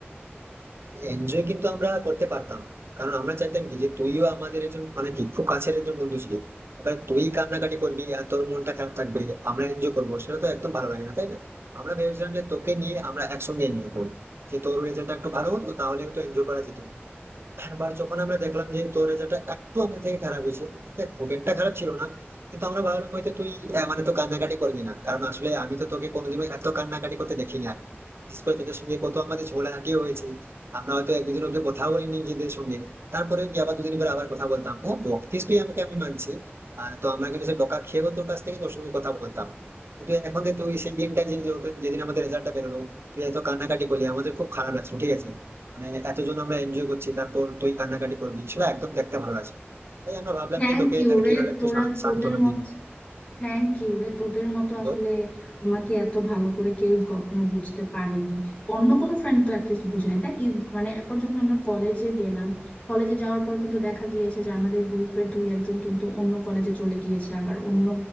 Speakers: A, on the right; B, on the left.
A: এনজয় কিন্তু আমরা করতে পারতাম কারণ আমরা চাইতাম কি যে তুইও আমাদের একজন মানে কি খুব কাছের একজন বন্ধু ছিল এবার তুই কান্নাকাটি করবি আর তোর মনটা খারাপ থাকবে আমরা এনজয় করবো সেটা তো একদম ভালো লাগে না তাই না আমরা ভেবেছিলাম যে তোকে নিয়ে আমরা একসঙ্গে এনজয় করবো যে তোর রেজাল্টটা একটু ভালো হতো তাহলে তো এনজয় করা যেত এবার যখন আমরা দেখলাম যে তোর রেজাল্টটা একটু আমাদের থেকে খারাপ হয়েছে দেখ, খুব একটা খারাপ ছিল না কিন্তু আমরা ভাবলাম হয়তো তুই আহ, মানে তো কান্নাকাটি করবি না কারণ আসলে আমি তো তোকে কোনোদিনও এত কান্নাকাটি করতে দেখি না বিশেষ করে তোদের সঙ্গে কত আমাদের ঝগড়াঝাটিও হয়েছে আমরা হয়তো এক দুদিন অব্দি কথা বলিনি নিজেদের সঙ্গে তারপরে কি আবার দুদিন পরে আবার কথা বলতাম হ্যাঁ বকিস তুই আমাকে আমি মানছি আহ, তো আমরা কিন্তু সে বকা খেয়েও তোর কাছ থেকে তোর সঙ্গে কথা বলতাম কিন্তু এখন দেখ তুই সেই দিনটা যে যে- যেদিন আমাদের রেজাল্টটা বেরোলো তুই এত কান্নাকাটি করলি আমাদের খুব খারাপ লাগছে ঠিক আছে মানে এতজন আমরা এনজয় করছি তারপর তুই কান্নাকাটি করবি সেটা একদম দেখতে ভালো লাগছে না। তাই আমরা ভাবলাম
B: থ্যাংক
A: যে তোকে
B: ইউ
A: আহ,
B: রে
A: কিভাবে একটু
B: তোরা
A: সান-
B: তোদের
A: সান্ত্বনা
B: মতো
A: দিই
B: থ্যাংক ইউ রে তোদের মতো আসলে
A: বল
B: আমাকে এত ভালো করে কেউ কখনো বুঝতে পারেনি অন্য কোনো ফ্রেন্ড তো অ্যাটলিস্ট বুঝে নাই তাই কি মানে এরপর যখন আমরা কলেজে গেলাম কলেজে যাওয়ার পর কিন্তু দেখা গিয়েছে যে আমাদের গ্রুপের দুই একজন কিন্তু অন্য কলেজে চলে গিয়েছে আবার অন্য